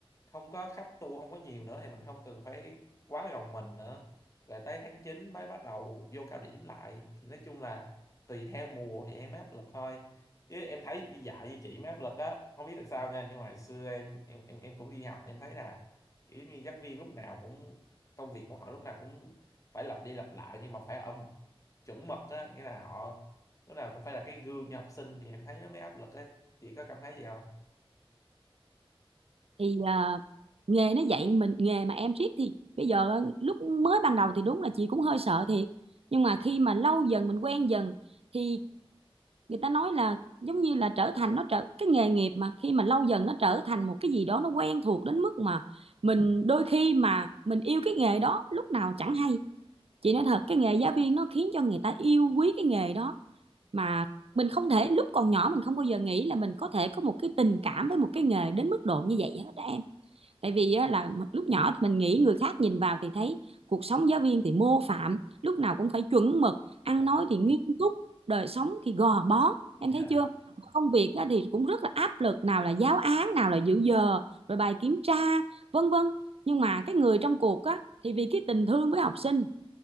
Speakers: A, on the left (about 35°); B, on the right (about 80°).
A: không có khách tour không có nhiều nữa thì mình không cần phải quá gồng mình nữa rồi tới tháng 9 mới bắt đầu vô cao điểm lại thì nói chung là tùy theo mùa thì em mới áp lực thôi chứ em thấy đi dạy như chị mới áp lực á không biết tại sao nha nhưng mà hồi xưa em em em, em cũng đi học em thấy là kiểu như giáo viên lúc nào cũng công việc của họ lúc nào cũng phải lặp đi lặp lại nhưng mà phải ở một chuẩn mực á nghĩa là họ lúc nào cũng phải là cái gương cho học sinh thì em thấy nó mới áp lực á chị có cảm thấy gì không
B: Thì ờ, nghề nó dạy mình nghề mà em riết thì bây giờ ờ, lúc mới ban đầu thì đúng là chị cũng hơi sợ thiệt. Nhưng mà khi mà lâu dần mình quen dần thì người ta nói là giống như là trở thành nó trở cái nghề nghiệp mà khi mà lâu dần nó trở thành một cái gì đó nó quen thuộc đến mức mà mình đôi khi mà mình yêu cái nghề đó lúc nào chẳng hay chị nói thật cái nghề giáo viên nó khiến cho người ta yêu quý cái nghề đó mà mình không thể lúc còn nhỏ mình không bao giờ nghĩ là mình có thể có một cái tình cảm với một cái nghề đến mức độ như vậy hết đó em tại vì á, là lúc nhỏ thì mình nghĩ người khác nhìn vào thì thấy cuộc sống giáo viên thì mô phạm lúc nào cũng phải chuẩn mực ăn
A: dạ
B: nói thì nghiêm túc đời sống thì gò bó em
A: dạ
B: thấy chưa công việc á, thì cũng rất là áp lực nào là giáo án nào là dự giờ rồi bài kiểm tra vân vân nhưng mà cái người trong cuộc á thì vì cái tình thương với học sinh